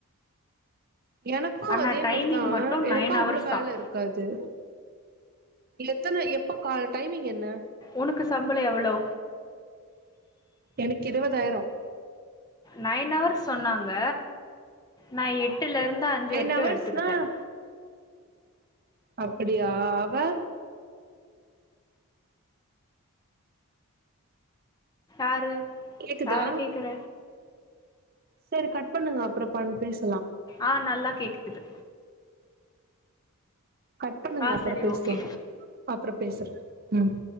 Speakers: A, on the right; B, on the left.
A: எனக்கும்
B: ஆனா
A: அதே
B: டைமிங்
A: மாதிரிதான்
B: மட்டும்
A: எனக்கும்
B: நைன் ஹவர்ஸ்
A: அவ்வளவு வேல
B: தான்
A: இருக்காது எத்தனை எப்போ கால டைமிங் என்ன
B: உனக்கு சம்பளம் எவ்ளோ
A: எனக்கு இருவதாயிரம்
B: நைன் ஹார்ஸ் சொன்னாங்க ந எட்டு வீட்லருந்து அஞ்சு
A: நைன்
B: வரைக்கும்
A: ஹவர்ஸ்னா
B: எடுத்துக்கிட்டேன்
A: அப்படியா அவ
B: ஆறு
A: கேக்குதா
B: ஆற கேக்குற
A: சேரி கட் பண்ணுங்க அப்புறம் பேச
B: ஆஹ் நல்லா கேக்குது
A: கட் பண்ணுங்க
B: ஆ
A: அப்புறம்
B: சரி
A: பேசலாம்
B: ஓகே
A: அப்புறம் பேசுறேன் உஹம்